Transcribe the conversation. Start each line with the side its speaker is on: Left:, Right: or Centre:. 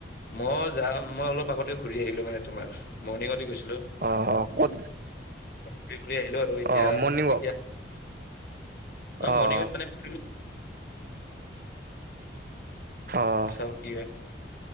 Left: মই যাম। মই অলপ আগতে ঘূৰি আহিলো মানে তোমাৰ মৰ্ণিঙতে গৈছিলোঁ।
Right: অ', ক'ত
Left: <unintelligible> <inaudible> ঘূৰি-ঘূৰি আহিলো আৰু এতিয়া-এতিয়া
Right: অ', মৰ্ণিং ৱাক
Left: <unintelligible> নহয়
Right: অ',
Left: মৰ্ণিংত মানে ফুৰি <inaudible>
Right: অ',
Left: চাওঁ কি হয়?